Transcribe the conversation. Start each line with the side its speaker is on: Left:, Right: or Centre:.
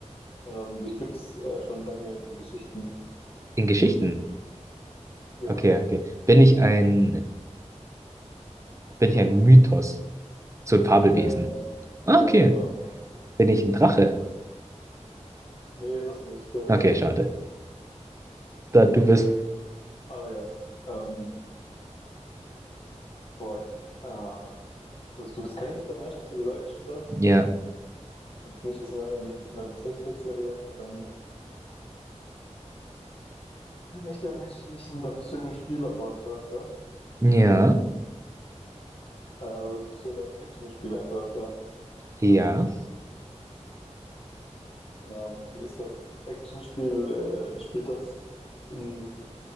Left: Ähm, dich gibt's äh, schon lange in Geschichten.
Right: In Geschichten.
Left: Ja,
Right: Okay, okay. Bin ich ein, bin ich ein Mythos? So ein Fabelwesen.
Left: ja, genau.
Right: Ah,
Left: Ja,
Right: okay.
Left: genau, genau.
Right: Bin ich ein Drache?
Left: Nee, das nicht, äh,
Right: Okay,
Left: das
Right: schade.
Left: nicht.
Right: Da du bist.
Left: Ah ja, ähm, boah, ich, ah, das, du bist kein echter Mensch, hast du gesagt, stimmt das?
Right: Ja.
Left: Und nicht ist eine, nicht eine Zeichentrickserie, dann ein echter Mensch, nicht, ein- dann bist du in einem Spiel aber ein Charakter.
Right: Ja.
Left: Äh, bist du in einem Actionspiel ein Charakter.
Right: Ja.
Left: Ähm, ist das Actionspiel, äh, spielt das in,